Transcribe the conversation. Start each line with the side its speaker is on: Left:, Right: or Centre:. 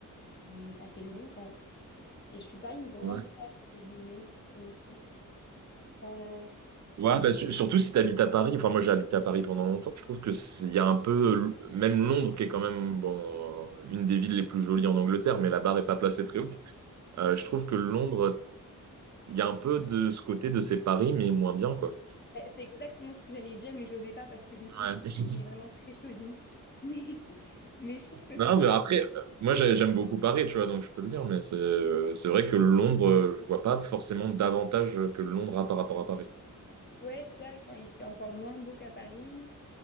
Left: mais ça fait longtemps. Et je suis pas une grande
Right: Ouais,
Left: fan euh, de Londres pour le coup. Enfin,
Right: Ouais, bah, su- surtout si tu habites à Paris. Enfin, moi, j'ai habité à Paris pendant longtemps. Je trouve que c'est- il y a un peu, même Londres, qui est quand même bon, euh, une des villes les plus jolies en Angleterre, mais la barre est pas placée très haut. Euh, je trouve que Londres, il y a un peu de ce côté de c'est Paris, mais moins bien, quoi.
Left: ouais, c'est exactement ce que j'allais dire, mais j'osais pas parce que je me suis dit,
Right: Ouais.
Left: c'est
Right: <laughs>
Left: on est vraiment très chauvin. <laughs> Mais, mais je trouve que
Right: Non,
Left: c'est...
Right: mais après, euh, moi, j'ai- j'aime beaucoup Paris, tu vois, donc je peux le dire, mais c'est euh, c'est vrai que Londres, euh, je vois pas forcément davantage que Londres a par rapport à Paris.
Left: Ouais, c'est ça. Enfin, il fait encore moins beau qu'à Paris.